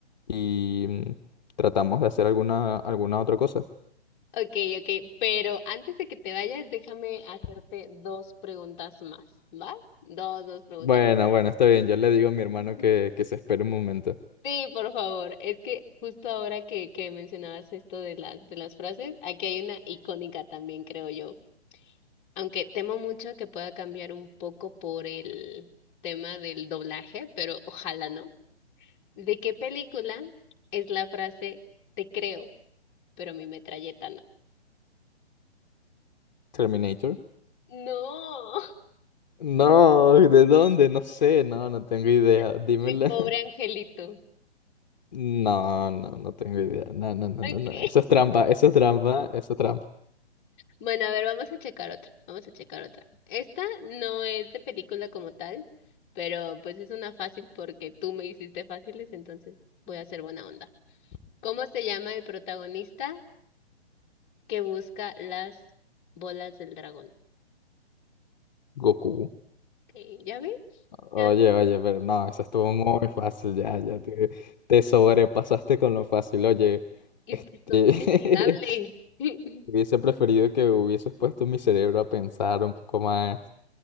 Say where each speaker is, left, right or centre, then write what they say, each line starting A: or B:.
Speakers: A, on the left; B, on the left.
A: y mm, tratamos de hacer alguna, alguna otra cosa.
B: Ok, ok, pero antes de que te vayas, déjame hacerte dos preguntas más, ¿va? Dos, dos preguntas.
A: Bueno, bueno, está bien, yo le digo a mi hermano
B: <laughs>
A: que, que se espere un momento.
B: Sí, por favor. Es que justo ahora que, que mencionabas esto de las, de las frases, aquí hay una icónica también, creo yo. Aunque temo mucho que pueda cambiar un poco por el tema del doblaje, pero ojalá no. ¿De qué película es la frase te creo, pero mi metralleta no?
A: Terminator.
B: No,
A: No, ¿de dónde? No sé, no, no tengo idea.
B: <laughs>
A: Dímela.
B: mi pobre angelito.
A: <laughs> No, no, no tengo idea. No, no, no,
B: Ok.
A: no, no. Eso es trampa, eso es trampa, eso es trampa.
B: Bueno, a ver, vamos a checar otra, vamos a checar otra. Esta no es de película como tal, pero pues es una fácil porque tú me hiciste fáciles, entonces voy a hacer buena onda. ¿Cómo se llama el protagonista que busca las bolas del dragón?
A: Goku.
B: Ok, ¿Ya ves?
A: Oye,
B: ¿Ya ves?
A: oye, pero no, eso estuvo muy fácil, ya, ya te, te sobrepasaste con lo fácil. Oye,
B: Es
A: este,
B: que soy muy amigable.
A: <laughs>
B: <laughs>
A: hubiese preferido que hubieses puesto mi cerebro a pensar un poco más.